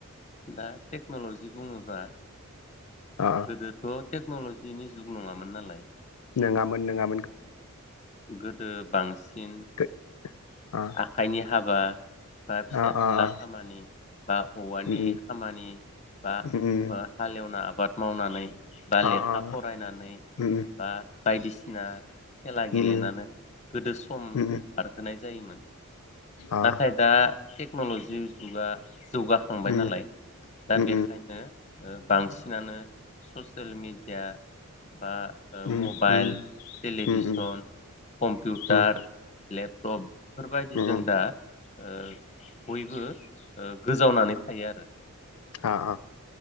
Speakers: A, on the left (about 30°); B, on the left (about 80°).
A: दा टेक्न'लजि बुङोबा
B: अ
A: गोदोथ' टेक्न'लजि दिनि जुग नङामोन नालाय
B: नङामोन नङा
A: गोदो बांसिन
B: गो अ
A: आखाइनि हाबा बा फिसा
B: अ
A: फिनला
B: अ अ
A: खामानि बा औवानि
B: उम
A: खामानि बा
B: उम उम
A: हालेवना आबाद मावनानै बा लेखा
B: अ अ
A: फरायनानै
B: उम
A: बा बायदिसिना खेला
B: उम
A: गेलेनानै
B: उम
A: गोदो सम
B: उम
A: बारहोनाय जायोमोन
B: अ
A: नाथाय दा टेक्न'लजि जुगा जौगाखांबाय
B: उम
A: नालाय दा
B: उम
A: बेखायनो बांसिनानो ससियेल मेडिया बा ओ
B: उम
A: मबाइल
B: उम
A: टेलिभिसन
B: उम
A: कम्पिउटार
B: उम उम
A: लेपटप बेफोरबायदिजों
B: अ
A: ओ बयबो ओ गोजावनानै थायो आरो।
B: आ आ